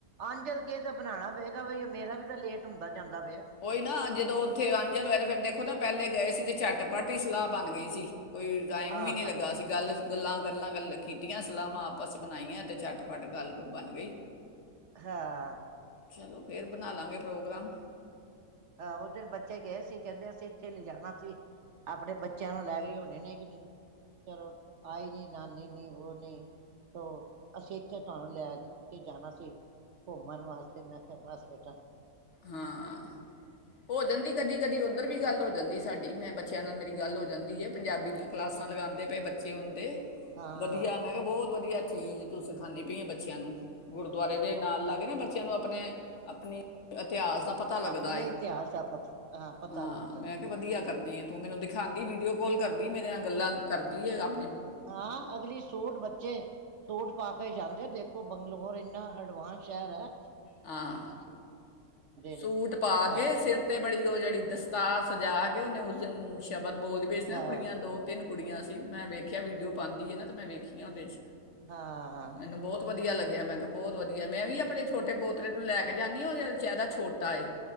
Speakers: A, on the right; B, on the left.
A: ਅਨਜਲ ਕਿਸੇ ਦਾ ਤਾਂ ਬਣਾਣਾ ਪਏਗਾ ਬਈ ਮੇਰਾ ਵੀ ਤਾਂ ਲੇਟ ਹੁੰਦਾ। ਜਾਂਦਾ ਪਿਆ
B: ਉਹੀ ਨਾ ਜਦੋਂ ਉੱਥੇ ਅਣ ਜਲ ਹੋਇਆ ਤੇ ਫੇਰ ਦੇਖੋ ਨਾ ਪਹਿਲੇ ਗਏ ਸੀ ਤੇ ਝਟਪੱਟ ਹੀ ਸਲਾਹ ਬਣ ਗਈ ਸੀ। ਕੋਈ ਟਾਈਮ
A: ਆਹ
B: ਵੀ ਨੀ ਲੱਗਾ ਸੀ ਗੱਲ ਗੱਲਾਂ ਗੱਲਾਂ ਕੀਤੀਆਂ ਸਲਾਹਾਂ ਆਪਸ ਚ ਬਣਾਈਆਂ ਤੇ ਝੱਟ ਫੱਟ ਗੱਲ ਉਹ ਬਣ ਗਈ।
A: ਹਾਂ।
B: ਚਲੋ ਫਿਰ ਬਣਾ ਲਾਂਗੇ ਪ੍ਰੋਗਰਾਮ।
A: ਆਹ ਉਸ ਦਿਨ ਬੱਚੇ ਗਏ ਸੀ ਕਹਿੰਦੇ ਅਸੀਂ ਇੱਥੇ ਲਿਜਾਣਾ ਸੀ ਆਪਣੇ ਬੱਚਿਆਂ ਨੂੰ ਲੈਗੇ ਹੋਣੇ ਨੇ ਕਿਉਂਕਿ ਚਲੋ ਆਈ ਨੀ ਨਾਨੀ ਨੀ ਬੋ ਨੀ ਤੋਂ ਅਸੀਂ ਇੱਥੇ ਤੁਹਾਨੂੰ ਲੈ ਕੇ ਜਾਣਾ ਸੀ ਘੁੰਮਣ ਵਾਸਤੇ ਮੈਂ ਕਿਹਾ ਬੱਸ ਬੇਟਾ।
B: ਹਾਂ। ਹੋ ਜਾਂਦੀ ਕਦੀ ਕਦੀ ਉਦਰ ਉੱਧਰ ਵੀ ਗੱਲ ਹੋ ਜਾਂਦੀ ਸਾਡੀ ਮੈਂ ਬੱਚਿਆਂ ਨਾਲ ਮੇਰੀ ਗੱਲ ਹੋ ਜਾਂਦੀ ਹੈ ਪੰਜਾਬੀ ਦੀਆਂ ਕਲਾਸਾਂ ਲਗਾਦੇ ਪਏ ਬੱਚੇ ਹੁਣ ਤੇ।
A: ਹਾਂ
B: ਵਧੀਆ ਮੈਂ ਕਿਹਾ ਬਹੁਤ ਵਧੀਆ। ਚੀਜ਼ ਤੂੰ ਸਿਖਾਦੀ ਪਈ ਹੈ ਬੱਚਿਆਂ ਨੂੰ ਗੁਰਦੁਆਰੇ ਦੇ ਨਾਲ ਲੱਗੇ ਨਾ ਬੱਚਿਆਂ ਨੂੰ ਆਪਣੇ ਆਪਣੀ ਅੱਛਾ। ਇਤਿਹਾਸ ਦਾ ਪਤਾ ਲੱਗਦਾ
A: ਆਪਣੇ ਇਤਿਹਾਸ ਦਾ ਪਤ ਪਤਾ
B: ਹਾਂ
A: ਲੱਗਦਾ
B: ਮੈਂ ਕੇ ਵਧੀਆ ਕਰਨੀ ਆ। ਤੂੰ ਮੈਨੂੰ ਦਿਖਾਦੀ ਵੀਡੀਓ ਕੋਲ ਕਰਦੀ ਮੇਰੇ ਨਾਲ ਗੱਲਾਂ ਕਰਦੀ ਹੈ ਆਪ
A: ਹਾਂ ਅਗਲੀ ਸੂਟ ਬੱਚੇ ਸੂਟ ਪਾ ਕੇ ਜਾਂਦੇ ਦੇਖੋ ਬੰਗਲੋਰ ਇੰਨਾ ਐਡਵਾਂਸ ਸਹਿਰ ਐ।
B: ਹਾਂ
A: ਨੇ
B: ਸੂਟ ਪਾ
A: ਸਾ
B: ਕੇ ਸਿਰ ਤੇ ਬੜੀ ਉਹ ਜਿਹੜੀ ਦਸਤਾਰ ਸਜਾ ਕੇ ਉਹਨੇ ਉਸ <unintelligible> ਸ਼ਬਦ ਬੋਲਦੀ ਪਈ ਸੀ ਨਾ
A: ਹਾਂ
B: ਕੁੜੀਆਂ ਦੋ ਤਿੰਨ ਕੁੜੀਆਂ ਸੀ ਮੈਂ ਵੇਖਿਆ ਵੀਡੀਓ ਪਾਦੀ ਹੈ ਨਾ ਅਤੇ ਮੈਂ ਵੇਖੀਆਂ ਉਹਦੇ 'ਚ
A: ਹਾਂ
B: ਮੈਨੂੰ ਬਹੁਤ ਵਧੀਆ ਲੱਗ ਮੈਂ ਕਿਹਾ ਬਹੁਤ ਵਧੀਆ ਮੈਂ ਵੀ ਆਪਣੇ ਛੋਟੇ ਪੋਤ ਨੂੰ ਲੈ ਕੇ ਜਾਂਦੀ ਆ ਉਹ ਜ਼ਾਦਾ ਛੋਟਾ ਏ।